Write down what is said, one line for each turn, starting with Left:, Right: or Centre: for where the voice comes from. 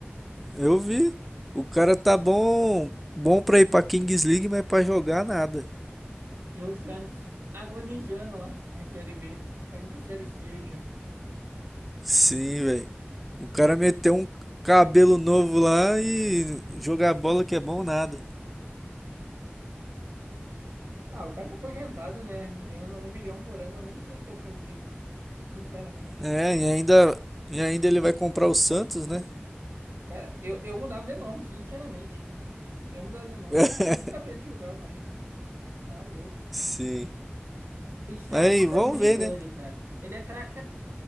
Centre: Eu vi. O cara tá bom, bom pra ir pra Kings League, mas pra jogar nada.
Right: E o Santos agonizando lá na Série B, caindo pra Série C já.
Centre: Sim, velho. O cara meteu um cabelo novo lá e jogar bola que é bom nada.
Right: Ah, o cara tá aposentado, né? Ganhando um bilhão por ano, eu nem sei o que eu fazia, sinceramente.
Centre: É, e ainda, e ainda ele vai comprar o Santos, né?
Right: Cara, eu, eu mudava de nome, sinceramente. Eu mudava de nome,
Centre: <laughs>
Right: eu não sabia de jogar mais. Tá louco.
Centre: Sim.
Right: Os caras
Centre: Mas aí
Right: cobram
Centre: vamos
Right: muito
Centre: ver,
Right: ele,
Centre: né?
Right: cara. Ele é craque há